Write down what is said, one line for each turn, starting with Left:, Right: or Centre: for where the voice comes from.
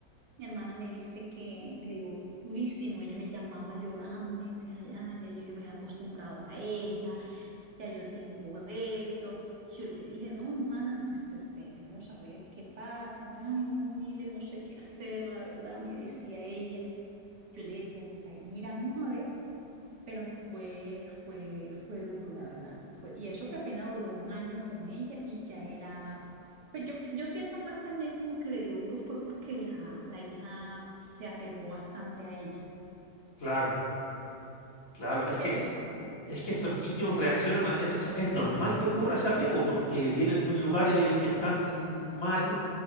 Right: Mi hermana me dice que le dio durísimo, ella me llamaba llorando, me decía, Dayana, ya, ya yo me he acostumbrado a ella, ya yo tengo esto. Yo le dije, no, hermana, pues esperemos a ver qué pasa. Entonces, ay, no, Mile, no sé qué hacer, la verdad, me decía ella. Yo le decía, pues ahí miramos a ver. Pero fue, fue, fue duro, la verdad. Fue- y eso que apenas duró un año con ella y ya era, pues yo, yo siento más también como que le dio duro fue porque la, la hija se apegó bastante a ella.
Left: claro, claro. Es
Right: Pero
Left: que,
Right: sí,
Left: es que estos niños reaccionan, a- es, o sea, es normal que ocurra ese apego porque vienen de un lugar en que están mal.